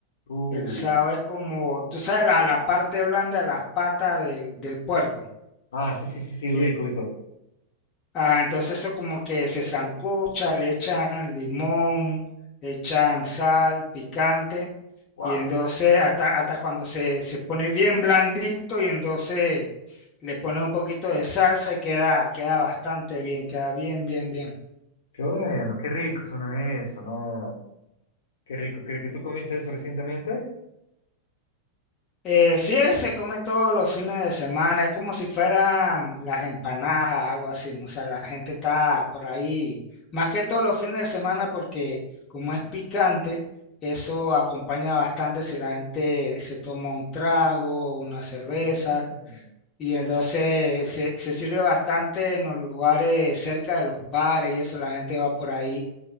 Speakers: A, on the left; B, on the left.
A: Ujú.
B: El sao
A: Uh.
B: es como, tú sabes, la, la parte blanda de las patas del, del puerco.
A: Ah, sí, sí, sí, sí,
B: Eh,
A: ubico, ubico.
B: ajá, entonces eso como que se sancocha, le echan limón, le echan sal, picante,
A: Wow.
B: y entonces hasta, hasta cuando se, se pone bien blandito y entonces le ponen un poquito de salsa y queda, queda bastante bien, queda bien, bien, bien.
A: Qué bueno, qué rico suena eso, ¿no? Qué rico, qué rico. ¿Tú comiste eso recientemente?
B: Eh, sí, él se come todos los fines de semana, es como si fueran las empanadas, algo así, ¿no? O sea, la gente está por ahí, más que todos los fines de semana porque como
A: Ujú.
B: es picante, eso acompaña bastante si la gente se toma un trago, una cerveza,
A: Ah, bueno,
B: y entonces se, se sirve bastante en los lugares cerca de los bares y eso, la gente va por ahí